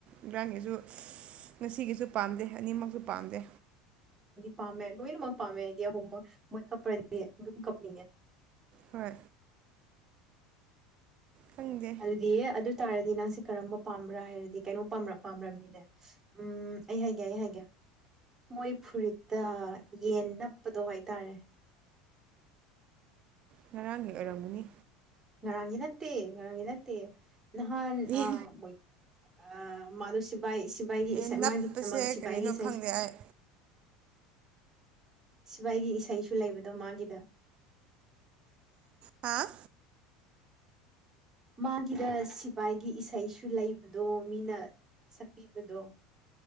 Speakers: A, on the right; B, on the right.
A: ꯉꯔꯥꯡꯒꯤꯁꯨ ꯉꯁꯤꯒꯤꯁꯨ ꯄꯥꯝꯗꯦ ꯑꯅꯤꯃꯛꯁꯨ ꯄꯥꯝꯗꯦ
B: ꯄꯥꯝꯃꯦ ꯂꯣꯏꯅꯃꯛ ꯄꯥꯝꯃꯦ ꯑꯩꯗꯤ ꯑꯍꯨꯝꯃꯛ ꯃꯣꯏ ꯀꯞꯄ꯭ꯔꯗꯤ ꯑꯗꯨꯝ ꯀꯞꯅꯤꯡꯉꯦ
A: ꯍꯣꯏ ꯈꯪꯗꯦ
B: ꯑꯗꯨꯗꯤ ꯑꯗꯨ ꯇꯥꯔꯗꯤ ꯅꯪꯁꯦ ꯀꯔꯝꯕ ꯄꯥꯝꯕ꯭ꯔꯥ ꯍꯥꯏꯔꯗꯤ ꯀꯩꯅꯣ ꯄꯥꯝꯔꯛ ꯄꯥꯝꯔꯝꯅꯤꯅꯦ ꯎꯝ ꯑꯩ ꯍꯥꯏꯒꯦ ꯑꯩ ꯍꯥꯏꯒꯦ ꯃꯣꯏ ꯐꯨꯔꯤꯠꯇ ꯌꯦꯟ ꯅꯞꯄꯗꯣ ꯍꯥꯏꯇꯥꯔꯦ
A: ꯉꯔꯥꯡꯒꯤ ꯑꯣꯏꯔꯝꯒꯅꯤ
B: ꯉꯔꯥꯡꯒꯤ ꯅꯠꯇꯦ ꯉꯔꯥꯡꯒꯤ ꯅꯠꯇꯦ ꯅꯍꯥꯟ
A: ꯌꯦꯟ
B: ꯑꯥ ꯃꯣꯏ ꯑꯥ ꯃꯗꯨꯁꯤꯞ ꯁꯤꯕꯥꯏ ꯁꯤꯕꯥꯏꯒꯤ
A: ꯌꯦꯟ
B: ꯏꯁꯩ
A: ꯅꯞꯄꯁꯦ
B: ꯃꯥꯒꯤꯗꯃꯛ ꯁꯤꯕꯥꯏꯒꯤ
A: ꯀꯔꯤꯅꯣ
B: ꯏꯁꯩ
A: ꯈꯪꯗꯦ ꯑꯩ
B: ꯁꯤꯕꯥꯏꯒꯤ ꯏꯁꯩꯁꯨ ꯂꯩꯕꯗꯣ ꯃꯥꯒꯤꯗ
A: ꯍꯥꯥ
B: ꯃꯥꯒꯤꯗ ꯁꯤꯐꯥꯏꯒꯤ ꯏꯁꯩꯁꯨ ꯂꯩꯕꯗꯣ ꯃꯤꯅ ꯁꯛꯄꯤꯕꯗꯣ